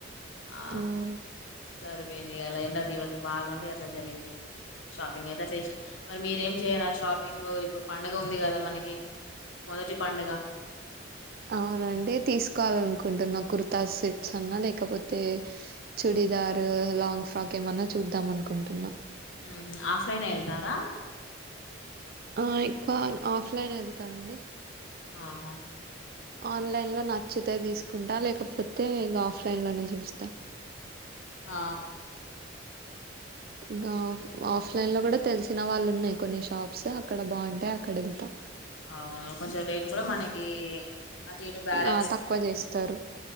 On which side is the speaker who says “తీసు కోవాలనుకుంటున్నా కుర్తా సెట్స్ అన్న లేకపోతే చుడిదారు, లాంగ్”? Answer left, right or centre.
Right